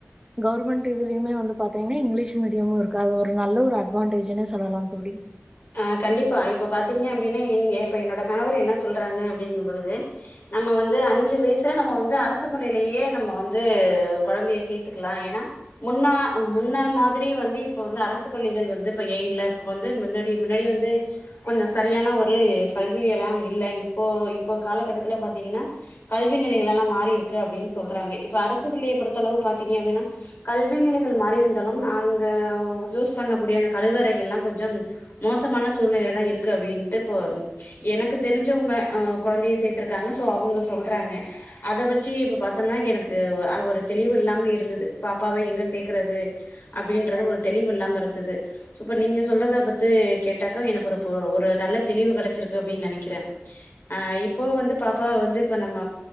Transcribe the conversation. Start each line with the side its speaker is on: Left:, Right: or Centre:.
Right: கவர்மெண்ட் இதுலயமே வந்து ப பாத்தீங்கன்னா இங்கிலீஷ் மீடியமும் இருக்கு அது ஒரு நல்ல ஒரு அட்வான்டேஜ்ன்னே சொல்லலாம் தோழி
Left: அஹ் கண்டிப்பா இப்ப பாத்தீங்க அப்படின்னா இப்ப என்னோட கணவர் என்ன சொல்றாங்க அப்படிங்கும் பொழுது நம்ம வந்து அஞ்சு வயசுல நம்ம வந்து அரசு பள்ளியிலயே நம்ம வந்து கொழந்தைய சேர்த்துக்கலாம் ஏன்னா முன்னா முன்ன மாதிரி வந்து இப்ப வந்து அரசு பள்ளிகள் வந்து இப்ப இயங்கள வந்து முன்னாடி அப்படி முன்னாடி வந்து கொஞ்சம் சரியான ஒரு கல்வியெல்லாம் இல்லை இப்போ இப்போ காலகட்டத்துல பார்த்தீங்கன்னா கல்வி நிலைகள் எல்லாம் மாறியிருக்கு அப்படின்னு சொல்றாங்க இப்ப அரசுப்பள்ளிகளைப் பொறுத்தளவு பார்தீங்க அப்படின்னா கல்வி நிலைகள் மாறி இருந்தாலும் அங்க யூஸ் பண்ணக்கூடிய அந்த கழிவறைகள் எல்லாம் கொஞ்சம் மோசமான சூழ்நிலையில தான் இருக்கு அப்படின்ட்டு இப்ப எனக்கு தெரிஞ்சவங்க அஹ் கொழந்தைய சேர்த்திருக்காங்க சோ அவங்க சொல்றாங்க அத வச்சி இப்ப பார்த்தோம்னா எனக்கு ஒரு தெளிவு இல்லாம இருந்தது பாப்பாவை எங்க சேர்க்கறது அப்படின்றது ஒரு தெளிவு இல்லாம இருக்குது இப்ப நீங்க சொல்றத பத்தி கேட்டாக்க எனக்கு ஒரு ஒரு நல்ல தெளிவு கெடைச்சிருக்கு அப்படின்னு நினைக்கிறேன் அ இப்போ வந்து பாப்பாவ வந்து இப்போ நம்ம